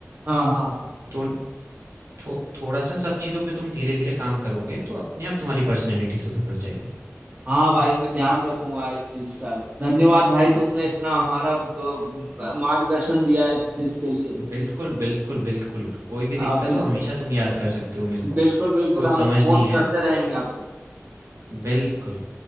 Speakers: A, on the right (about 30°); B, on the right (about 70°).
A: हाँ हाँ हाँ
B: तो थो थोड़ा-सा सब चीज़ों पे तुम धीरे-धीरे काम करोगे, तो अपने आप तुम्हारी पर्सनैलिटी सुधर जाएगी।
A: हाँ भाई मैं ध्यान रखूंगा इस चीज का धन्यवाद भाई तुमने इतना हमारा ब- ब- मार्गदर्शन दिया है इस चीज के लिए
B: बिल्कुल, बिल्कुल, बिल्कुल। कोई भी
A: आप
B: दिक्कत
A: भी
B: हो हमेशा तुम याद कर सकते हो मेरे को।
A: बिल्कुल बिल्कुल
B: कुछ
A: हम
B: समझ
A: फोन
B: नहीं है
A: करते रहेंगे आपको
B: बिल्कुल।